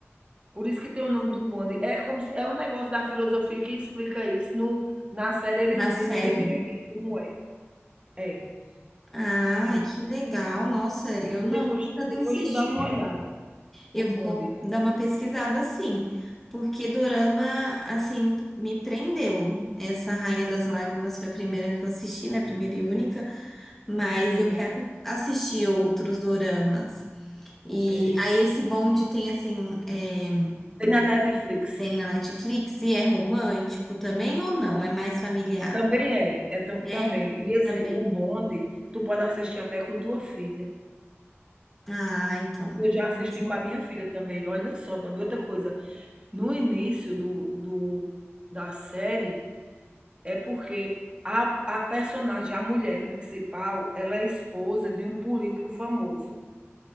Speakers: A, on the right; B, in the centre.
A: Por isso que tem o nome do bonde. É como se, é um negócio da filosofia que explica isso. No, na série eles
B: na série.
A: dizem bem direitinho como é. É,
B: Ai,
A: sim.
B: que legal. Nossa, eu não,
A: Depois,
B: nunca nem
A: depois
B: assisti.
A: tu dá uma olhada.
B: Eu
A: O bonde.
B: vou dar uma pesquisada sim, porque Dorama, assim, me prendeu. Essa Rainha das Lágrimas foi a primeira que eu assisti, né? Primeira e única, mas
A: Sim,
B: eu quero assistir outros Doramas. E
A: é.
B: aí esse bonde tem, assim, é,
A: Tem na Netflix.
B: tem na Netflix e é romântico também ou não? É mais familiar?
A: Também é, é tam- também.
B: É,
A: E esse,
B: também.
A: o bonde, tu pode assistir até com tua filha.
B: Ah, então.
A: Porque eu já
B: Ah,
A: assisti
B: sim.
A: com a minha filha também. Olha só, também outra coisa. No início do, do, da série, é porque a, a personagem, a mulher principal, ela é esposa de um político famoso,